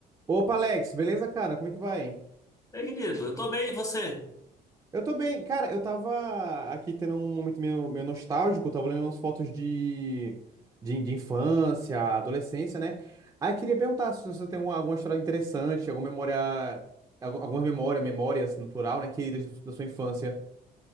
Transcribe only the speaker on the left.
É, querido, eu tô bem, e você?